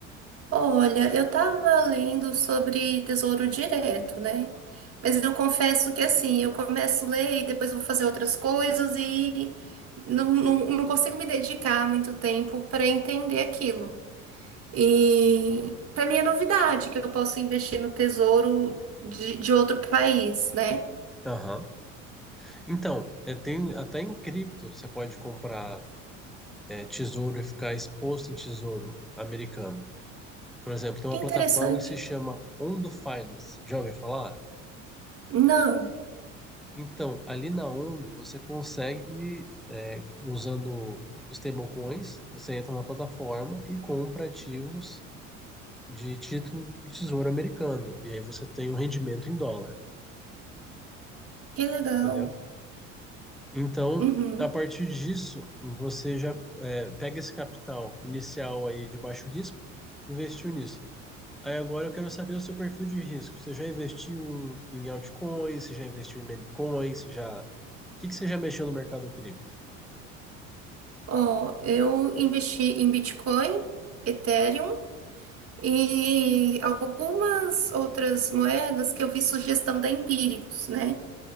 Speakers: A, on the right (about 35°); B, in the centre.
A: Olha, eu estava lendo sobre Tesouro Direto, né? Mas eu confesso que assim, eu começo a ler e depois vou fazer outras coisas e não, não, não consigo me dedicar muito tempo para entender aquilo. E para mim é novidade que eu posso investir no tesouro de, de outro país, né?
B: Aham. Então, é, tem até em cripto você pode comprar é, tesouro e ficar exposto em tesouro americano. Por exemplo, tem uma
A: Que interessante.
B: plataforma que se chama Ondo Finance. Já ouviu falar?
A: Não,
B: Então, ali na Ondo você consegue, é, usando os stablecoins, você entra na plataforma e compra ativos de título de tesouro americano. E aí você tem um rendimento em dólar,
A: que legal.
B: entendeu? Então,
A: Uhum.
B: a partir disso, você já é, pega esse capital inicial aí de baixo risco, investiu nisso. Aí agora eu quero saber o seu perfil de risco. Você já investiu em altcoins? Você já investiu em memecoins? Você Já... O que que você já mexeu no mercado cripto?
A: Ó, eu investi em Bitcoin. Ethereum e algumas outras moedas que eu vi sugestão da Empíricos, né?